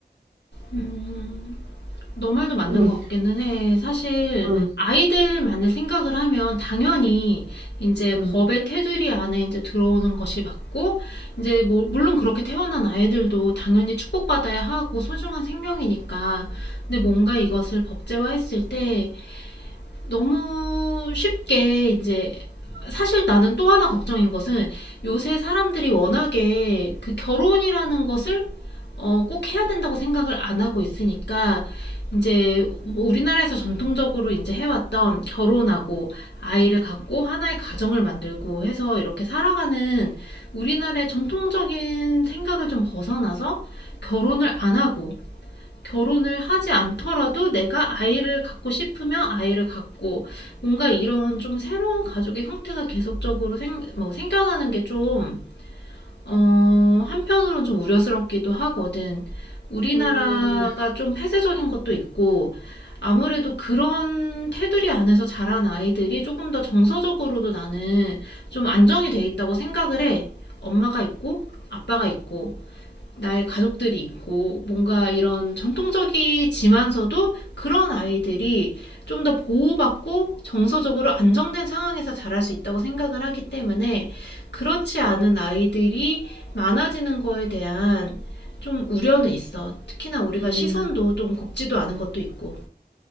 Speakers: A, on the left (about 80°); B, on the right (about 80°).
A: 음. 너 말도 맞는
B: 응.
A: 것 같기는 해. 사실
B: 응.
A: 아이들만을 생각을 하면 당연히 이제
B: 응.
A: 법의 테두리 안에 이제 들어오는 것이 맞고 이제 뭐 물론 그렇게 태어난 아이들도 당연히 축복받아야 하고 소중한 생명이니까 근데 뭔가 이것을 법제화했을 때 너무 쉽게 이제 사실 나는 또 하나 걱정인 것은 요새 사람들이 워낙에 그 결혼이라는 것을 어, 꼭 해야 된다고 생각을 안 하고 있으니까 이제 우리나라에서 전통적으로 이제 해왔던 결혼하고 아이를 갖고 하나의 가정을 만들고 해서 이렇게 살아가는 우리나라의 전통적인 생각을 좀 벗어나서 결혼을 안 하고 결혼을 하지 않더라도 내가 아이를 갖고 싶으면 아이를 갖고 뭔가 이런 좀 새로운 가족의 형태가 계속적으로 생, 뭐 생겨나는 게 좀 어, 한편으로는 좀 우려스럽기도 하거든. 우리나라가
B: 음.
A: 좀 폐쇄적인 것도 있고 아무래도 그런 테두리 안에서 자란 아이들이 조금 더 정서적으로도 나는 좀 안정이 돼 있다고 생각을 해. 엄마가 있고 아빠가 있고 나의 가족들이 있고 뭔가 이런 전통적이지만서도 그런 아이들이 좀 더 보호받고 정서적으로 안정된 상황에서 자랄 수 있다고 생각을 하기 때문에 그렇지 않은 아이들이 많아지는 거에 대한 좀 우려는 있어. 특히나 우리가
B: 음.
A: 시선도 좀 곱지도 않은 것도 있고.